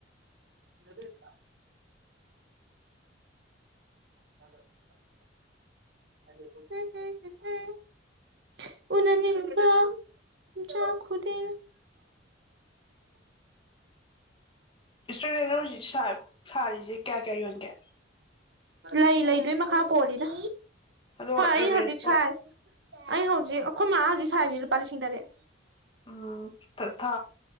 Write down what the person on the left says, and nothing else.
ꯏꯁꯇ꯭ꯔꯨꯗꯦꯟꯅ ꯍꯧꯖꯤꯛ ꯁꯥꯔꯤꯁꯦ ꯀꯌꯥ ꯀꯌꯥ ꯌꯣꯟꯒꯦ
ꯑꯗꯣ
ꯑꯦꯚꯔꯦꯁꯇ
ꯎꯝ ꯊꯥ